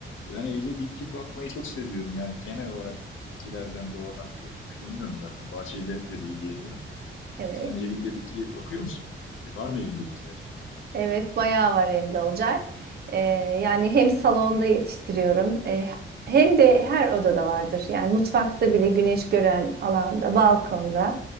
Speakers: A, on the left (about 75°); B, on the right (about 50°).
A: Ben evde bitki bakmayı çok seviyorum. Yani genel olarak bitkilerden, doğadan çok hoşlanıyorum zaten. Bahçeyle de de ilgileniyorum.
B: Evet.
A: Sen evinde bitki bakıyor musun? E, Var mı evinde bitkiler?
B: Evet, bayağı var evde olacak. Ee, yani hem salonda yetiştiriyorum, e, hem de her odada vardır. Yani mutfakta bile güneş gören alanda, balkonda,